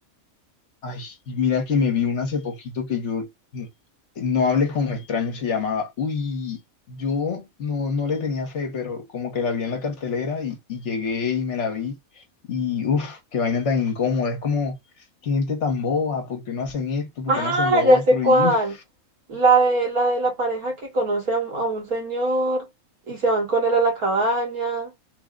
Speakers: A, on the left; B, on the right.
A: Ay, y mira que me vi una hace poquito que yo n- no hables con extraños se llamaba. Uy, yo no, no le tenía fe, pero como que la vi en la cartelera y, y llegué y me la vi. Y uff, qué vaina tan incómoda. Es como, qué gente tan boba, ¿por qué no hacen esto? ¿Por
B: Ah,
A: qué no hacen lo otro?
B: ya sé cuál.
A: Y uff,
B: La de la de la pareja que conoce a un, a un señor y se van con él a la cabaña,